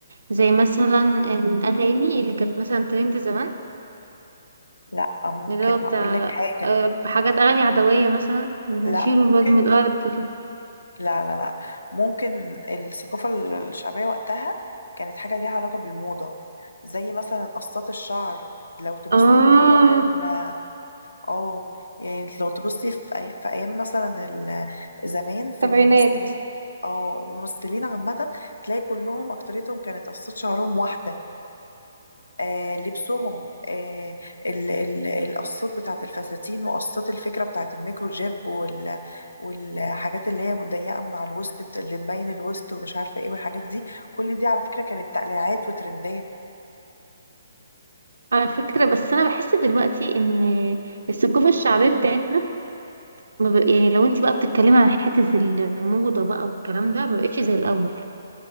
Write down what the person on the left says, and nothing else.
لا ممكن
اقول لك حاجة
لا
ممكن
لا لا لا ممكن الثقافة الشعبية وقتها كانت حاجة ليها علاقة بالموضة زي مثلا قصات الشعر لو تبصي
في أيام ال اه يعني لو تبصي في, أي... في أيام مثلا ال- زمان في
الممثلين اه الممثلين عامة تلاقي كلهم أكتريتهم كانت قصات شعرهم واحدة آه، لبسهم آه، ال- ال- القصات بتاعت الفساتين وقصات الفكرة بتاعت الميكرو جيب وال والحاجات اللي هي مضيقة من على الوسط بت- اللي تبين الوسط ومش عارفة ايه والحاجات دي كل دي على فكرة كانت تقليعات وترندات